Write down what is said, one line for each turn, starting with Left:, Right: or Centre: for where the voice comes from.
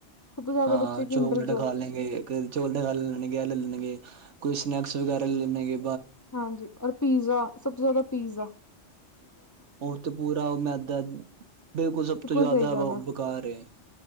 Left: ਸਭ ਤੋਂ ਜ਼ਿਆਦਾ
Right: ਹਾਂ,
Left: ਬੱਚੇ
Right: ਚੋਕਲੇਟ
Left: ਕਿੰਡਰ ਜੋਏ
Right: ਖਾ ਲੇ <unintelligible> ਚੋਲਡ ਵਗੇਰਾ ਲੈਲਣੇ ਗੇ, ਆ ਲੈਲਣ ਗੇ, ਕੋਈ ਸਨੈਕਸ ਵਗੈਰਾ ਲੈਲਣਗੇ।
Left: ਹਾਂਜੀ, ਔਰ ਪੀਜ਼ਾ, ਸਭ ਤੋਂ ਜ਼ਿਆਦਾ ਪੀਜ਼ਾ।
Right: ਓਹ ਤੇ ਪੂਰਾ ਮੈਦਾ, ਬਿਲਕੁਲ ਸਭ ਤੋਂ ਜ਼ਿਆਦਾ
Left: ਸਹੀ ਗੱਲ
Right: ਬ-ਬ-ਬਕਾਰ
Left: ਹੈ
Right: ਏ।